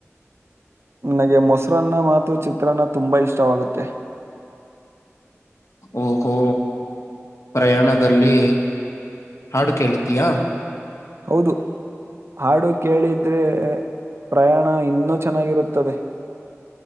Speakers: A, on the right; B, on the left.
A: ನನಗೆ ಮೊಸರನ್ನ ಮಾತು ಚಿತ್ರಾನ್ನ ತುಂಬಾ ಇಷ್ಟವಾಗುತ್ತೆ
B: ಓಹೋ ಪ್ರಯಾಣದಲ್ಲಿ ಹಾಡು ಕೇಳುತಿಯ?
A: ಹೌದು ಹಾಡು ಕೇಳಿದ್ರೆ ಪ್ರಯಾಣ ಇನ್ನೂ ಚೆನ್ನಾಗಿರುತ್ತದೆ.